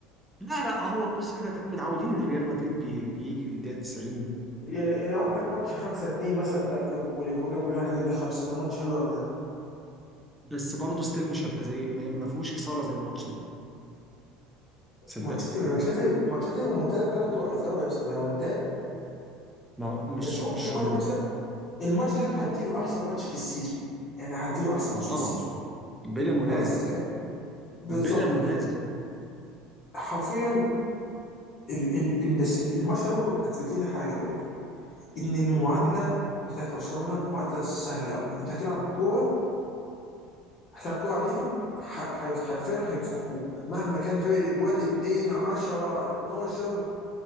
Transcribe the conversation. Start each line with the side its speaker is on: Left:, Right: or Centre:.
Centre: لا لا هو بص احنا متعودين ان ريال مدريد بي بيجي في الدقيقة 90
Left: يعني يعني عندك
Centre: وبي...
Left: ماتش 5 2 مثلا بتاع ليفربول ليفربول جاب جولين واحنا جبنا خمسة ده ماتش حلو قوي ده
Centre: بس برضه ستيل مش هبقى زي ما ما فيهوش إثارة زي الماتش ده صدقني
Left: ماتشات ماتشات ماتشات المنتدى كلها بتبقى إثارة يا اسطى المنتدى
Centre: ما هو مش
Left: بس ممكن
Centre: مش رومانتيك
Left: الماتش ده الماتش ده أنا هديله أحسن ماتش في السيزون يعني هديله أحسن ماتش
Centre: ما هو طبعا
Left: في السيزون
Centre: بلا منازع
Left: بس يعني بالظبط
Centre: بلا منازع
Left: حرفيا ال ال ال- بس الماتش ده برضه أثبت لنا حاجة برضه ان المعادله
Centre: امم
Left: بتاعت برشلونه معادله سهله قوي انت هتلعب كوره هتلعب كوره عليهم ح- ح- حرفيا هينفخوك مهما كان فرق الاجوال 2 10 12